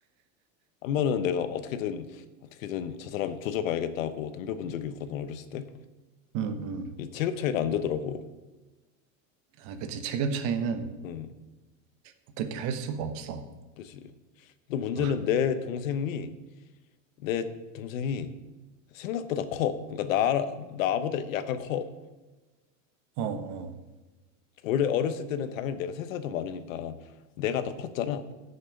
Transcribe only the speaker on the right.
음, 음.
아, 그치. 체급 차이는
어떻게 할 수가 없어.
아,
어, 어,